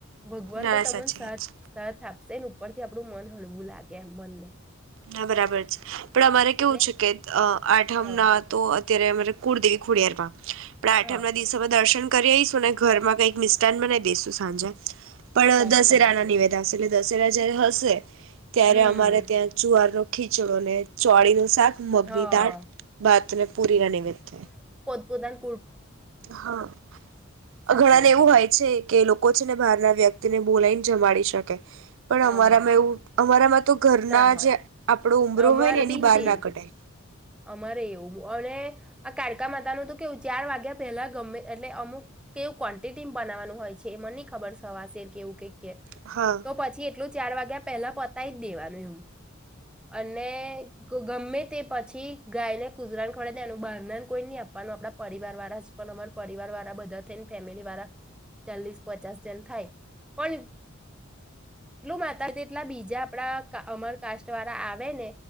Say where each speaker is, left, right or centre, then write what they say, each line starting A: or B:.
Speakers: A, in the centre; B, on the right.
A: ભગવાન
B: ના
A: તો તમને
B: સાચી
A: સાથ
B: વાત છે
A: સાથ આપશે ને? પરથી આપણું મન હળવું લાગે એમ મનને.
B: હા બરાબર છે પણ અમારે કેવું
A: એટલે
B: છે કે અ આઠમ
A: હા
B: ના તો ત્યારે અમારે કુળદેવી ખોડિયાર માં. પણ આઠમ
A: હા
B: ના દિવસોમાં દર્શન કરી આવીશું ને ઘરમાં કંઈક મિસ્ટાન બનાઈ દેશું સાંજે. પણ
A: સાચી
B: દશેરાના
A: વાત
B: ની વધાસે <inaudible> દશેરા જયારે હશે ત્યારે
A: હમ
B: અમારે ત્યાં ર નો ખીચડો ને ચોળી નું શાક મગની
A: હા
B: દાળ ભતને પૂરીના નિમિત્ત થ
A: પ્રદાન
B: હા
A: સાચી
B: ઘણા ને
A: વાત
B: એવું હોય છે કે લોકો છે ને બહાર ના વ્યક્તિ ને બોલાયને જમાડી શકેાય પણ
A: હા
B: અમારામાં એવું અમારામાં તો ઘરના
A: ના હોય
B: જે આપ આપડો ઉઊમરો
A: અમારે
B: હોય ને એની
A: બી
B: બહાર
A: સેમ
B: ના કઢાય
A: અમારે એવું અને આ કાડકા માતા ન તો કેવું ચાર વાગ્યા પહેલા ગમે એટલે અમુક કેવું ક્વોન્ટિટી બનાવવાનું હોય છે એ મને ન ખબર સવાશેર કેવું કઈ
B: હા
A: તો પછી એટલું ચાર વાગ્યા પેલા પોતાય જ દેવાનું એવું અને ગમે તે પછી થી ગાયને કુજરાણ ખડ દેનું બાર કોઈ નહી આપવાનું આપણા પરિવાર વાળા જ પણ અમા પરિવાર વાળા બધા થઈને ફેમિલી વાળા ચાલીસ પચાસ જન થાય પણ એટલું માતા જેટલા બીજા આપડા અમર કાસ્ટ વાળા આવે ને